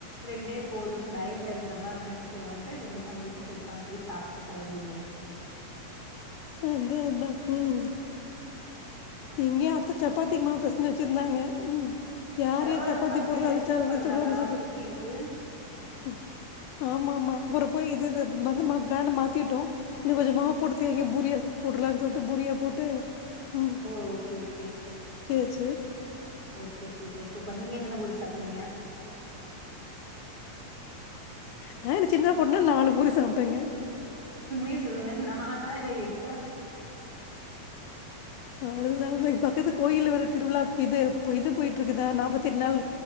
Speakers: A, on the right; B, on the left.
A: ரெண்டே போதுன்னு டயட்ல இருக்கிற மாரி நெனைச்சுக்கிறோன் ட்டு ரெண்டு வாங்கிட்டு பேசாம போய் சாப்ட்டுட்டு கெளம்பிருவோ.
B: அதா அதா ம் இங்க அத்த சப்பாத்திக்கு மாவு பெசஞ்சு வச்சிருந்தாங்க ம் யாருக்கு
A: பரவால்ல
B: சப்பாத்தி
A: உங்க அத்த
B: போடுறது
A: ஹெல்ப்லா
B: அதிர்ஷ்டோ இருக்குன்னு
A: பண்றாங்களா
B: சொல்லுவாங்கன்னு சொன்ன
A: குக்கிங்க்கு
B: ம் ஆமா ஆமா அப்றோ போய் இது இது வந்து மா பிளான மாத்திட்டோ இன்னு கொஞ்ச மாவு
A: ம்
B: போட்டு தேய்ங்க பூரியா சுட்டு போட்றலான்னு சொல் ட்டு பூரியா போட்டு ம்
A: ஓ ஓகே ஓகே
B: ச்சு
A: ஓகே சூப்பர் சூப்பர் நீங்க எத்தன பூரி சாப்ட்டீங்க
B: நா என்ன சின்ன பொண்ணு நாலு பூரி சாப்ட்டேங்க
A: உண்மைய சொல்லுங்க நாலா இல்ல எட்டா
B: நாலு நாலுனு இங் ப க்கத்து கோயில்ல வேற திருவிழா இது இப்ப இது போயிட்ருக்குதா நாப்பத்தெட்டு நாள்